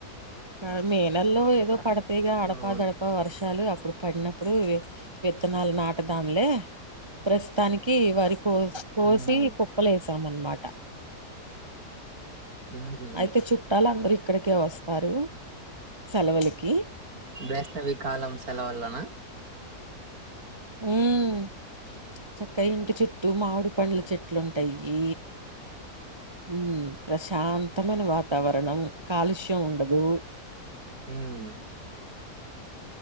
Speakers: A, on the right (about 20°); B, on the right (about 65°).
A: ఆ మేనెల్లో ఏదో పడతయిగా అడప
B: అవును
A: దడప వర్ష చాలు అప్పుడు పడినప్పుడు విత్తనాలు నాటదాంలే ప్రస్తుతానికి వరి కో కోసి
B: ఉమ్,
A: కుప్పలే వసామన్నమాట
B: ఉహు.
A: అయితే చుట్టాలందరు ఇక్కడికే వస్తారు సెలవులకి
B: వేశవికాలం సెలవల్లన
A: ఉమ్ చక్క ఇంటి చెుట్టు మామిడి పండ్ల చెట్లుంటాయి ఉ ప్రశాంతమైన వాతావరణం కాలుష్యం ఉండదు
B: ఉమ్